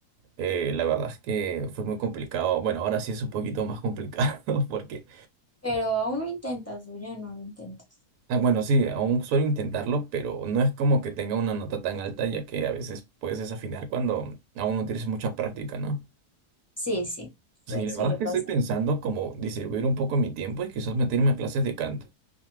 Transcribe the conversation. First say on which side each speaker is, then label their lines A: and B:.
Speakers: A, on the right (about 75°); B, on the left (about 15°).
A: eh, la verdad es que fue muy complicado. Bueno, ahora sí es un poquito más complicado <laughs> porque,
B: pero aún lo intentas o ya no lo intentas.
A: ah, bueno, sí, aún suelo intentarlo, pero no es como que tenga una nota tan alta, ya que a veces puedes desafinar cuando aún no tienes mucha práctica, ¿no?
B: Sí, sí, sue-
A: Sí, la
B: suele
A: verdad es que
B: pasar.
A: estoy pensando como distribuir un poco mi tiempo y quizás meterme a clases de canto,